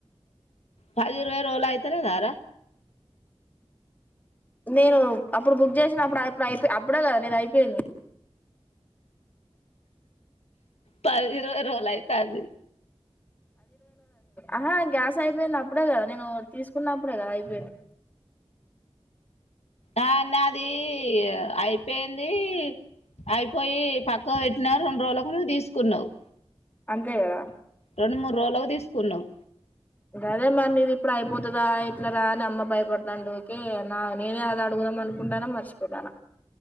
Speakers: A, on the left; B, on the left.
A: పది ఇరవై రోల అయితేలే దారా
B: నేను అప్పుడు బుక్ చేసిన అప్పుడు అప్పుడు అయిపోయి అప్పుడే కదా నిది అయిపోయింది
A: పవిరులాయి అయితంది
B: ఆహా గ్యాస్ అయిపోయింది అప్పుడే కదా నేను తీసుకున్నప్పుడే కదా అయిపోయింది
A: ఆన్న నాది అయిపోయింది, అయిపోయి పక్క పెట్టిన రెండు రోజులకు నువ్వు తీసుకున్నావు్
B: అంతే కదా
A: రెండు మూడు రోజులక్ తీస్ కున్నావ్
B: అదే మరి ఇది ఇప్పుడు అయిపోతుందా, ఇట్లా రా అని అమ్మ భయపడుతాండి ఓకే నా నేనే అలా అడుగుదాం అనుకుంటానా మర్చిపోతానా